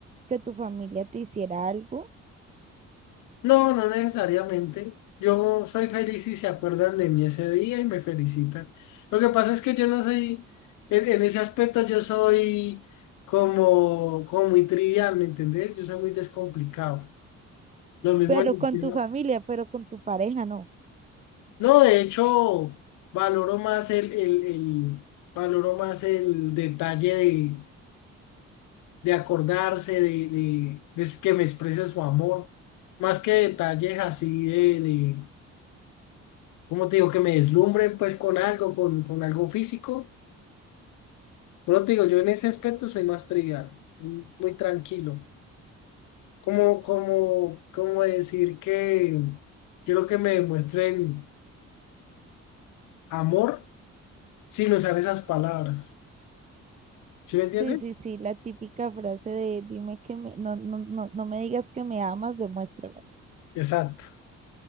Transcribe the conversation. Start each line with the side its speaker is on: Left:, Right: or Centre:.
Right: que tu familia te hiciera algo,
Left: No, no necesariamente. Yo soy feliz si se acuerdan de mí ese día y me felicitan. Lo que pasa es que yo no soy, en, en ese aspecto yo soy como, como muy trivial, ¿me entendés? Yo soy muy descomplicado. Lo mismo
Right: pero
Left: en el
Right: con
Left: tema-
Right: tu familia, pero con tu pareja, no.
Left: No, de hecho, valoro más el, el, el- valoro más el detalle de, de acordarse, de, de, de que me exprese su amor, más que detalles así de, de Cómo te digo, que me deslumbre pues con algo, con, con algo físico. Pero te digo, yo en ese aspecto soy más trivial, muy tranquilo. Como, como, como decir que quiero que me demuestren amor sin usar esas palabras. ¿Sí me entiendes?
Right: Sí, sí, sí, la típica frase de dime que me, no, no, no, no me digas que me amas, demuéstrame.
Left: Exacto.